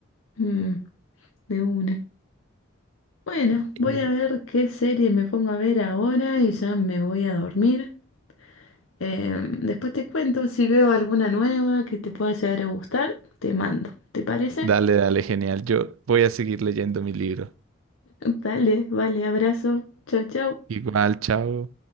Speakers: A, on the left; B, on the right.
A: mm, de una. Bueno,
B: Eh,
A: voy a ver qué serie me pongo a ver ahora y ya me voy a dormir. Eh, después te cuento si veo alguna nueva que te pueda llegar a gustar, te mando. ¿Te parece?
B: Dale, dale, genial. Yo voy a seguir leyendo mi libro.
A: Dale, vale, abrazo. Chau, chau.
B: Igual, chao.